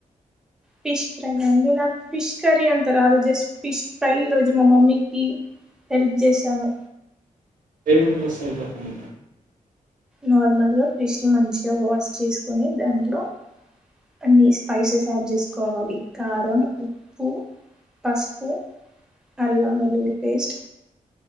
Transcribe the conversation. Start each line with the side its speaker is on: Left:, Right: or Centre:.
Centre: ఫిష్ ఫ్రై అండి నాకు ఫిష్ కర్రీ అంత రాదు జస్ట్ ఫిష్ ఫ్రై రోజు మా మమ్మీకి హెల్ప్ చేశాను
Right: ఏం ఏం చేస్తారో చేపండి
Centre: నార్మల్గా ఫిష్ ని మంచిగా వాష్ చేసుకొని దాంట్లో అన్ని స్పైసెస్ యాడ్ చేసుకోవాలి కారం ఉప్పు పసుపు అల్లం వెల్లుల్లి పేస్ట్